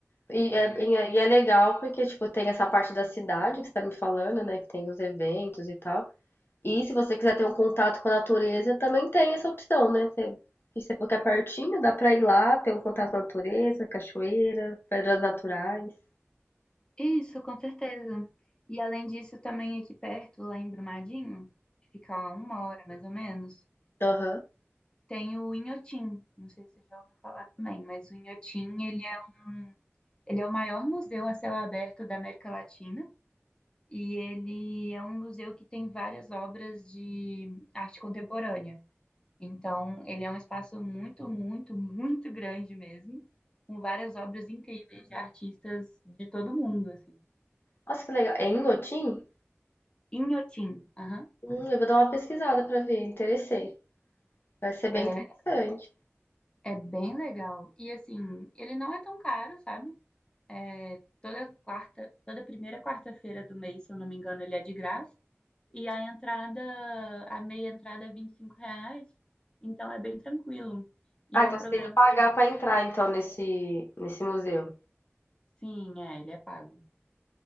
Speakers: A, on the left; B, on the left.
A: E é, e é, e é legal porque, tipo, tem essa parte da cidade que você tá me falando, né? Que tem os eventos e tal. E se você quiser ter um contato com a natureza, também tem essa opção, né? Você, se você for que é pertinho, dá pra ir lá, ter um contato com a natureza, cachoeira, pedras naturais.
B: Isso, com certeza. E além disso, também aqui perto, lá em Brumadinho, que fica a uma hora mais ou menos,
A: Aham.
B: tem o Inhotim. Não sei se você já ouviu falar também, mas o Inhotim, ele é, um, ele é o maior museu a céu aberto da América Latina. e ele é um museu que tem várias obras de arte contemporânea. Então, ele é um espaço muito, muito, muito grande mesmo, com várias obras incríveis de artistas de todo mundo, assim.
A: Nossa, que legal. É em Inhotim?
B: Inhotim, aham.
A: Hum, eu vou dar uma pesquisada pra ver, interessei. Vai ser bem
B: É,
A: interessante.
B: é bem legal. E assim, ele não é tão caro, sabe? É, toda quarta, toda primeira quarta-feira do mês, se eu não me engano, ele é de graça. E a entrada, a meia entrada é 25 reais, então é bem tranquilo. E
A: Ah,
B: é
A: então
B: um programa
A: você tem que pagar
B: que,
A: pra entrar então nesse nesse museu.
B: sim, é, ele é pago.